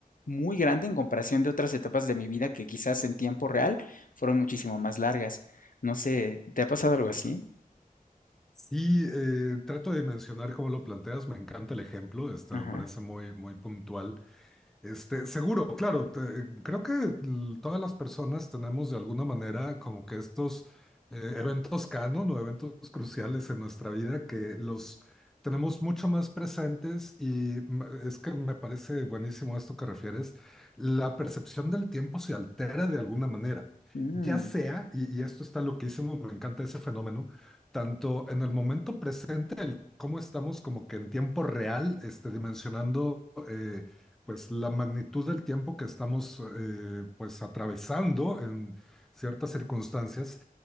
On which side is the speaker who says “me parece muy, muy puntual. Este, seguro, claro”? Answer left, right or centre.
Centre